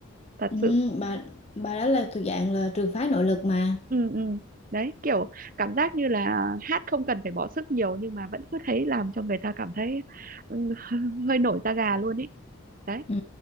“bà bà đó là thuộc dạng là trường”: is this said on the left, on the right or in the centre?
Left